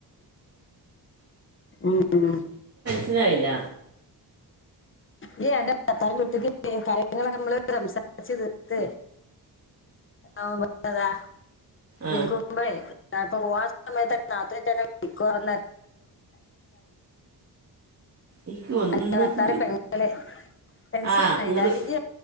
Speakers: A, on the left; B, on the right.
A: ഉം
B: മനസ്സിൽ ആയില്ല
A: ഇ എൻ്റെ കത്താനൻ കുട്ടിക്ക് കാര്യങ്ങളൊക്കെ നമ്മള് സംസാരിച്ച്ു തീർത്ത ആ അതാ
B: ആ
A: വിളിക്കുമ്പോഴ് കപ്പ പോകൻ സമയത്ത്ന്നെ നത്ത തന്നെ വിിക്കുണ്ട
B: എനിക്ക് എന്തൊക്കെ
A: ആ ഭർത്താവിന്റെ പെങ്ങളെ മനസ്സിൽ
B: ആ
A: ആയല്ലേ
B: ഇങ്ങോട്ട്
A: ജി